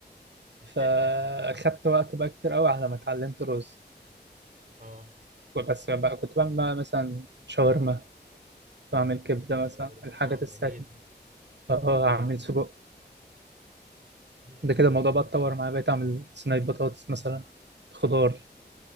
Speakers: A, on the right; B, on the right.
A: <laughs>
B: فاخدت وقت بقى كتير قوي على ما اتعلمت الرز
A: اه
B: بس بقى كنت بعمل بقى مثلا شاورما كنت بعمل كبده
A: شاورما
B: مثلا الحاجات
A: اه
B: السهله
A: جميل
B: اه اعمل سجق
A: مم.
B: ده كده الموضوع بقى اتطور معايا بقيت اعمل صينيه بطاطس مثلا خضار